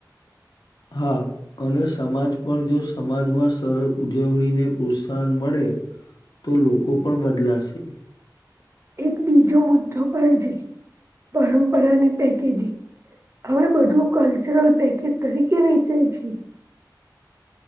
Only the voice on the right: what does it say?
એક બીજો મુદ્દો પણ છે. પરંપરાની પેકેજિંગ હવે બધું કલ્ચરલ પેકેજ તરીકે વેચે છે.